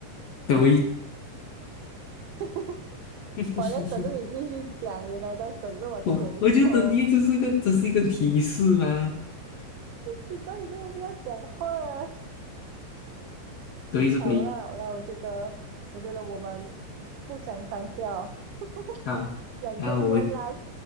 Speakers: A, on the left; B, on the right.
A: 对，
B: <laughs>
A: <laughs>
B: 我在等着你继续讲，原来在等着我填充。
A: 我我觉得你就是一个，只是一个提示嘛。
B: 奇怪，你怎么不要讲话啊
A: 对，是北
B: 好啦好啦，我觉得我觉得我们互相上下哦，<laughs>
A: 啊。
B: 两个一样啦。
A: 然后我们